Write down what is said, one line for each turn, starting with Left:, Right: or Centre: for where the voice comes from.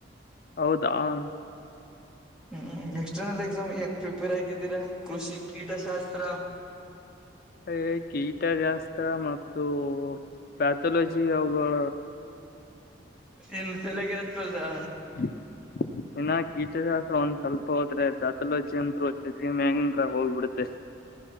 Left: ಹೌದಾ ಆ
Centre: ಹ್ಮ್ ಎಕ್ಸ್ಟರ್ನಲ್ ಎಕ್ಸಾಮ್ ಹೆಂಗ್ ಪ್ರಿಪೇರ್ ಆಗಿದ್ದೀರಾ ಕೃಷಿ ಕೀಟಶಾಸ್ತ್ರ
Left: ಅಯ ಗೀಟ ಜಾಸ್ತ್ರ ಮತ್ತು ಪ್ಯಾಥೊಲಜಿ ಅವುಗಳ
Centre: ಇನ್ ತಲೆಗೆ ಆತ್ವಲ್ರಾ
Left: ಹ ಇನ್ನ ಕೀಟಶಾಸ್ತ್ರ ಒಂದ್ ಸ್ವಲ್ಪ ಹೋದ್ರೆ ದಾತಲೋಜಿ ಅಂದರು ಚಮೆಂಗಂದ್ರ ಹೋಗ್ಬಿಡುತ್ತೆ <inaudible>